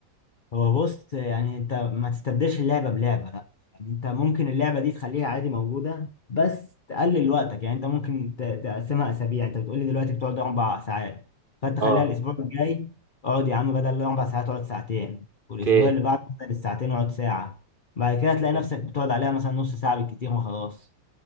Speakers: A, on the left; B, on the right.
A: هو بص يعني انت ما تستبدلش اللعبة بلعبة لا يعني انت ممكن اللعبة دي تخليها عادي موجودة بس تقلل وقتك يعني انت ممكن ت- تقسمها اسابيع انت بتقولي دلوقتي بتقعد اربع ساعات فانت
B: اه
A: خليها الاسبوع الجاي اقعد يا عم بدل الاربع ساعات اقعد ساعتين والاسبوع
B: اوكي
A: اللي بعده بدل الساعتين اقعد ساعة بعد كده تلاقي
B: فهمتك
A: نفسك بتقعد عليها مثلا نص ساعة بالكتير وخلاص